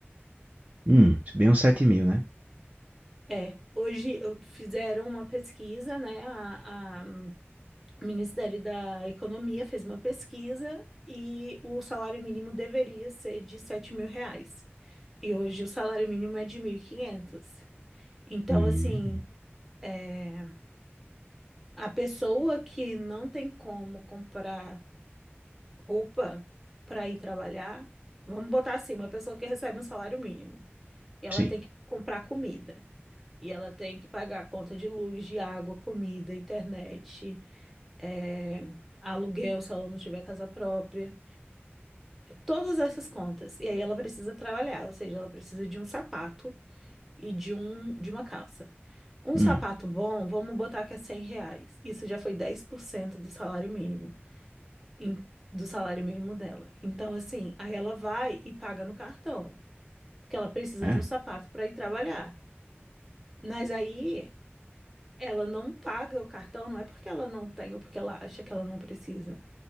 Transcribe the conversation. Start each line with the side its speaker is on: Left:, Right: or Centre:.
Right: Hum, bem uns sete mil, né?
Centre: É, hoje eu- fizeram uma pesquisa, né? A, a- o Ministério da Economia fez uma pesquisa e o salário mínimo deveria ser de sete mil reais. E hoje o salário mínimo é de 1.500. Então,
Right: Hum,
Centre: assim, é, a pessoa que não tem como comprar roupa para ir trabalhar, vamos botar assim, uma pessoa que recebe um salário mínimo. E ela
Right: sim.
Centre: tem que comprar comida. E ela tem que pagar a conta de luz, de água, comida, internet, é, aluguel, se ela não tiver casa própria. Todas essas contas. E aí ela precisa trabalhar, ou seja, ela precisa de um sapato e de um, de uma calça. Um
Right: Hum,
Centre: sapato bom, vamos botar que é 100 reais. Isso já foi 10% do salário mínimo, em- do salário mínimo dela. Então, assim, aí ela vai e paga no cartão, porque ela precisa
Right: é.
Centre: de um sapato para ir trabalhar. Mas aí Ela não paga o cartão, não é porque ela não tem ou porque ela acha que ela não precisa.